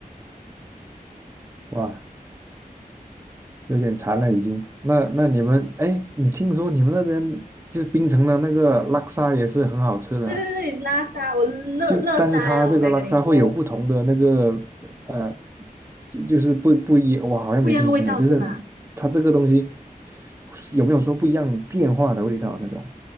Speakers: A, on the right (about 15°); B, on the right (about 75°).
A: 哇，有点馋了已经。那那你们，哎，你听说你们那边就是槟城的那个拉沙也是很好吃的啊
B: 对对对对，拉沙，我乐乐沙呀、
A: 就但是它这个拉沙会有不同的那个
B: 啊我该跟你说了。
A: 呃，就就是不不一，我好像没听清了，
B: 不一样的味道是吧？
A: 就是它这个东西有没有说不一样变化的味道那种？